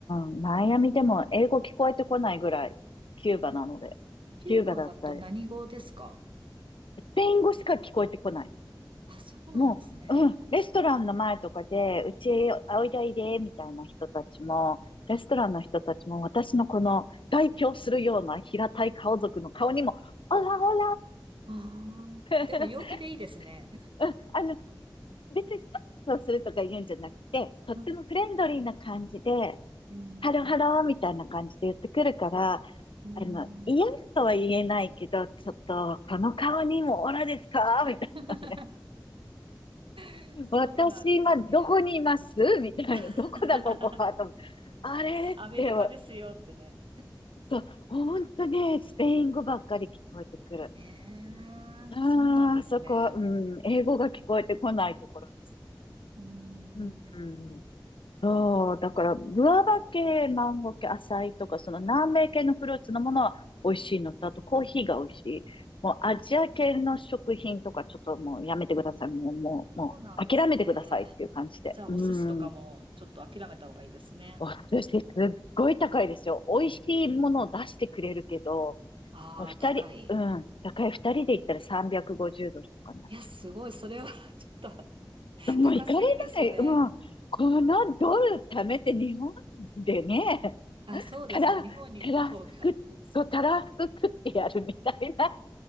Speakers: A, on the left; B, on the right.
A: ん。マイアミでも英語聞こえてこないぐらい、キューバなので。
B: キューバだと何語ですか
A: キューバだったりスペイン語しか聞こえてこない。
B: あ、そうなんですね。
A: もう、うん、レストランの前とかで、うちへおいでおいで、みたいな人たちも、レストランの人たちも、私のこの代表するような平たい顔族の顔にも、オラオラオ
B: あ
A: ラ、
B: あー、でも陽気でいいですね。
A: <laughs> うんあの、別にスタッフをするとか言うんじゃなくて、とってもフレンドリーな感じで、
B: うん、うん。
A: ハローハローみたいな感じで言ってくるから、
B: うん
A: あの、嫌とは言えないけど、ちょっと、この顔にもオラですかみたいなね。
B: <laughs> <laughs> そうなんですね。
A: 私今どこにいますみたいな。
B: <laughs>
A: どこだここはと思ってあれって、
B: アメリカですよってね。
A: そう、ほんとね、スペイン語ばっかり聞こえてくる。
B: ええ、
A: ああ、
B: そうなんですね。
A: そこは、うん、英語が聞こえてこないところです。
B: うーん。
A: うん、うんそう、だから、グアバ系、マンゴー系、アサイとか、その南米系のフルーツのものは美味しいのと、あとコーヒーが美味しい。もうアジア系の食品とか、
B: あー
A: ちょっともうやめてください。もう、もう、もう、
B: そうなんですね。
A: 諦めてくださいっていう感じで。
B: じゃあ、
A: うん。
B: お寿司とかもちょっと諦めた方がいいですね。
A: お寿司すっごい高いですよ。美味しいものを出してくれるけど、
B: ああ、
A: まあ二人、
B: 高い。
A: うん、高い二人で行ったら350ドルとかになっち
B: いや、すごい。それは <laughs> ちょっと <laughs>
A: ゃう。もう行かれない。
B: 高すぎですね。
A: もう、このドル貯めて日本でね、
B: あ、そうですね。
A: たら、
B: 日本に行った方が。
A: たらふく、そう、たらふく食ってやるみたいな。